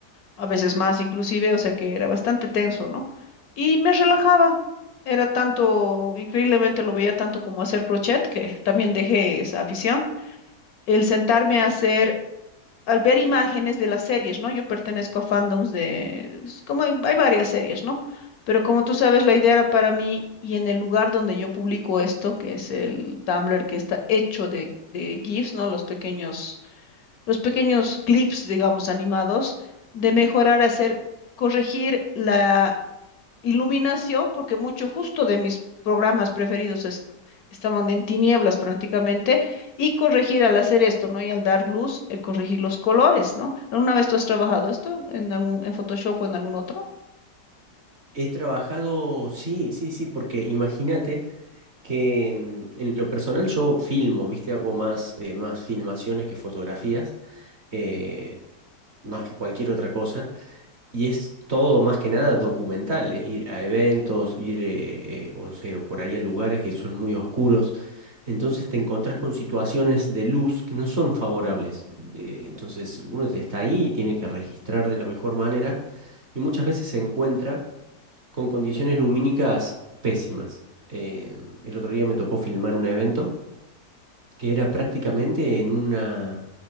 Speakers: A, on the left (about 65°); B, on the right (about 45°).
A: a veces más inclusive, o sea que era bastante tenso, ¿no? Y me relajaba, era tanto, increíblemente lo veía tanto como hacer crochet, que también dejé esa afición. El sentarme a hacer al ver imágenes de las series, ¿no? Yo pertenezco a fandoms de, es como hay, hay varias series, ¿no? Pero como tú sabes, la idea era para mí y en el lugar donde yo publico esto, que es el Tumblr, que está hecho de, de GIFs, ¿no? Los pequeños, los pequeños clips, digamos, animados, de mejorar, hacer, corregir la iluminación, porque mucho justo de mis programas preferidos es- estaban en tinieblas prácticamente, y corregir al hacer esto, ¿no? Y al dar luz, eh, corregir los colores, ¿no? ¿Alguna vez tú has trabajado esto en algún, en Photoshop o en algún otro?
B: He trabajado, sí, sí, sí, porque imagínate que en, en lo personal yo filmo, ¿viste? Hago más, eh, más filmaciones que fotografías, eh, más que cualquier otra cosa, y es todo más que nada documental, es ir a eventos, ir, eh, eh, o sea, por ahí a lugares que son muy oscuros, entonces te encontrás con situaciones de luz que no son favorables, eh, entonces uno está ahí y tiene que registrar de la mejor manera, y muchas veces se encuentra con condiciones lumínicas pésimas. Eh, el otro día me tocó filmar un evento que era prácticamente en una...